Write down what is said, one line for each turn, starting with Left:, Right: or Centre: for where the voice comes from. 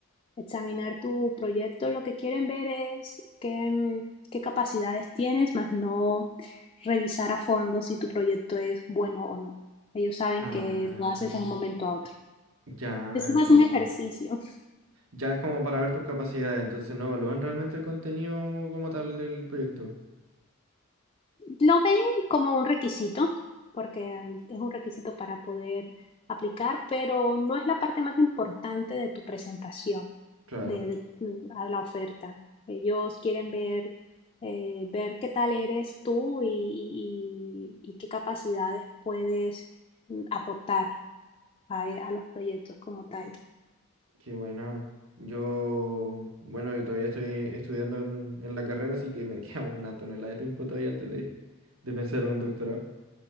Left: examinar tu proyecto, lo que quieren ver es qué, mm, qué capacidades tienes, más no revisar a fondo si tu proyecto es bueno o no. Ellos saben
Right: Ah,
Left: que lo haces de un momento a otro.
Right: ya
Left: Eso
Right: entiendo.
Left: es más un ejercicio.
Right: Ya es como para ver tus capacidades, entonces no evalúan realmente el contenido como tal del proyecto.
Left: Lo ven como un requisito, porque es un requisito para poder aplicar, pero no es la parte más importante de tu presentación
Right: Claro,
Left: de, de- mm, a la oferta. Ellos quieren ver, eh, ver qué tal eres tú y, y- y- y qué capacidades puedes mm, aportar a, a los proyectos como tal.
Right: qué buena. Yo, bueno, yo todavía estoy estudiando en, en la carrera, así que me <laughs> queda una tonelada de tiempo todavía antes de, de pensar en un doctorado